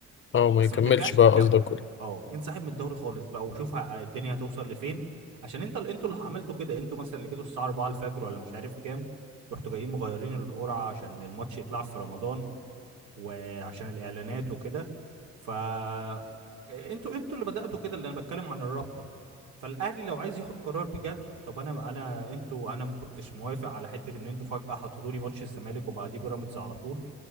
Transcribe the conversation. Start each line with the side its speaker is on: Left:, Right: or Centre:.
Left: اه ما
Right: بس
Left: يكملش
Right: ما ترجعش
Left: بقى
Right: تكمل
Left: قصدك ودي
Right: اه انسحب من الدوري خالص بقى وشوف ه- الدنيا هتوصل لفين عشان انت اللي انتوا اللي عملتوا كده انتوا مثلا اللي جيتوا الساعه 4 الفجر ولا مش عارف كام رحتوا جايين مغيرين القرعه عشان الماتش يطلع في رمضان وعشان الاعلانات وكده ف آه، انتوا انتوا اللي بدأتوا كده اللي انا بتكلم عن الرابطة فالاهلي لو عايز ياخد قرار بجد طب انا انا انتوا انا ما كنتش موافق على حته ان انتوا فجاه حطيتوا لي ماتش الزمالك وبعديه بيراميدز على طول